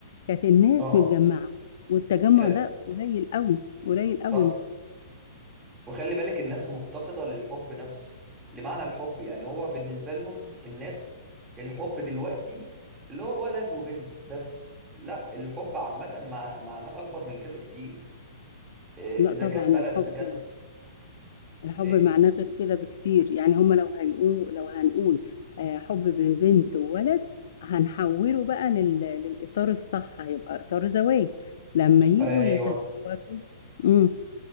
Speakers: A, on the left; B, on the right.
A: كانت الناس
B: اه
A: متجمعة والتجمع
B: خل...
A: ده قليل قوي قليل قوي
B: صح وخلي بالك الناس مفتقدة للحب نفسه لمعنى الحب يعني هو بالنسبة لهم الناس الحب دلوقتي اللي هو ولد وبنت بس لا الحب عامة مع... معناه أكبر من كده بكتير إيه،
A: لا
B: إذا
A: طبعا
B: كان
A: الحب
B: بلد إذا كان
A: الحب
B: إيه
A: معناه غير كده بكتير يعني هما لو هيقولوا لو هنقول آه، حب بين بنت وولد هنحوله بقى لل... للإطار الصح هيبقى إطار زواج لما يجوا
B: ايوه
A: يتزوجوا امم